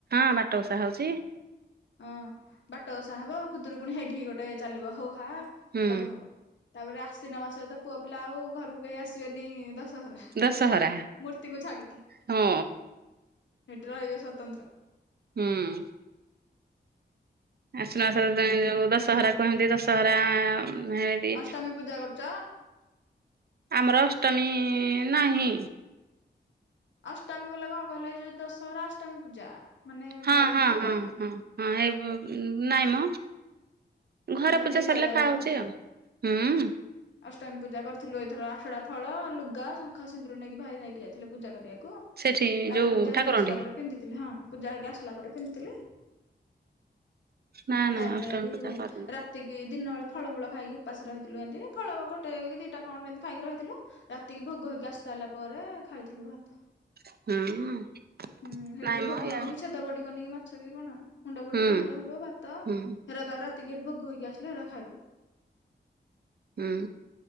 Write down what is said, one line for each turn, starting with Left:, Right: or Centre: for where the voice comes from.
Right: ହଁ ବାଟ ଓଷା ହଉଚି।
Left: ହଁ ବାଟ ବଷା ହବ ଖୁଦୁରୁ ପୁଣି ହେଠି ଗୋଟେ ଚାଲିବ ହୋ ହା।
Right: ହୁଁ
Left: ସବୁ ହବ ତାପରେ ଆସ୍ଵିନ ମାସ ତ ପୁଅ ପିଲା ଆଉ ଘରକୁ କେହି ଆସିବେନି। ରା
Right: ଦଶହରା
Left: ମୂର୍ତ୍ତିଙକୁ ଛାଡିକି ସେଠି
Right: ହଁ
Left: ରହିବେ ସ୍ୱତନ୍ତ୍ର।
Right: ହୁଁ। ଆସିନମାସ ଯୋଉ ଦଶହରା କୁହନ୍ତି ଦଶହରା ଏତି।
Left: ଅଷ୍ଟମୀ ପୂଜା କରୁଚ?
Right: ଆମର ଅଷ୍ଟମୀ ନାହିଁ।
Left: ଅଷ୍ଟମୀ ବୋଲେ କଣ କହିଲେ ଏଇ ଯୋଉ ଦଶହରା ଅଷ୍ଟମୀ ପୂଜା। ମାନେ
Right: ହଁ
Left: ବାରିକି
Right: ହଁ
Left: ରହୁଛ
Right: ହଁ
Left: କି?
Right: ହଁ ହଁ ହେଇ ନାଇଁ ମ। ଘରପୂଜା
Left: ଆମେ ଦି ଯା
Right: ସରିଲେ
Left: ଯାକ
Right: ଖାଆହଉଚି
Left: କରୁଛୁ।
Right: ଆଉ। ହୁଁ।
Left: ଅଷ୍ଟମୀ ପୂଜା କରିଥିଲୁ ଏଥର ଆଠଟା ଫଳ ଲୁଗା ଶଙ୍ଖା ସିନ୍ଦୁର ନେଇକି ଭାଇ ନେଇକି ଯାଇଥିଲେ ପୂଜା କରିବାକୁ।।
Right: ସେଠି
Left: ତାର
Right: ଯୋଉ
Left: ପୂଜା
Right: ଠାକୁରଙ୍କଠି
Left: ହେଇକି ଆସିଲା ପରେ ପିନ୍ଧିଥିଲି ହଁ ପୂଜା ହେଇକି ଆସିଲା ପରେ ପିନ୍ଧିଥିଲି।
Right: ନା ନା
Left: ତାପରେ
Right: ଅଷ୍ଟମୀ
Left: ଏଠୁ
Right: ପୂଜା କରିନୁ
Left: ତିକି ଦିନ ବେଳେ ଫଳମୂଳ ଖାଇକି ଉପାସ ରହିଥିଲୁ ଏମତି ଫଳ ଗୋଟେ କି ଦିଟା କଣ ଏମିତି ଖାଇକି ରହିଥିଲୁ ରାତିକି ଭୋଗ ହେଇକି ଆସି ସାରିଲା ପରେ ଖାଇଥିଲୁ ଭାତ।
Right: ହୁଁ।
Left: ହୁଁ ସେଠି
Right: ନାଇଁ
Left: ଯୋଉ ଭୋଗ
Right: ମ
Left: ହବନି
Right: ୟା
Left: ଛେଦ ପଡିବନି କି ମାଛ କି କଣ ମୁଣ୍ଡ ପଡି
Right: ହୁଁ
Left: ଘାଣ୍ଟ ହବ ଭାତ
Right: ହୁଁ
Left: ହେରା ତାପରାତିି ହେଟ ଭୋଗ ହେଇକି ଆସିଲେ ହେରା ଖାଇବ। ଟୋ
Right: ହୁଁ